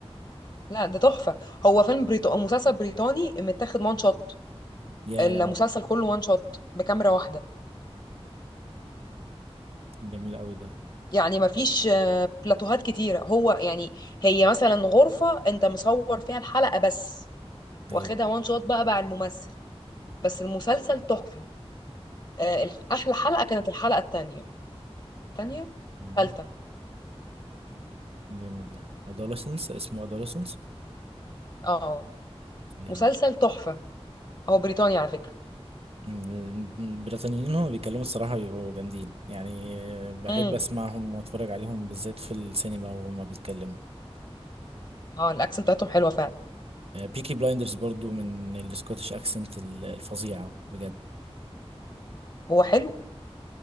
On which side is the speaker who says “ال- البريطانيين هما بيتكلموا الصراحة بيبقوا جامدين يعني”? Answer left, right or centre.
Right